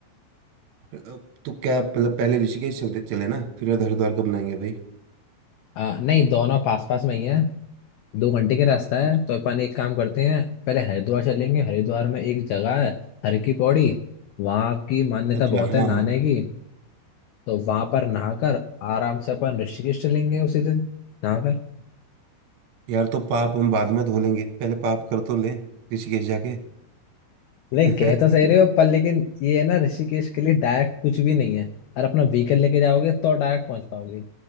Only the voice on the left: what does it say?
आ, नहीं दोनों पास पास में ही है दो घंटे का रास्ता है
तो अपन एक काम करते हैं पहले हरिद्वार चलेंगे हरिद्वार में एक जगह है हर की पौड़ी वहाँ की मान्यता
बहुत
है नहाने
की तो वहां पर नहाकर आराम से अपन ऋषिकेश चलेंगे उसी दिन नहाकर
नहीं कह तो सही रहे हो पर लेकिन ये है ना ऋषिकेश के लिए डायरेक्ट कुछ भी नहीं है और अपना व्हीकल लेके जाओगे तो डायरेक्ट पहुंच पाओगे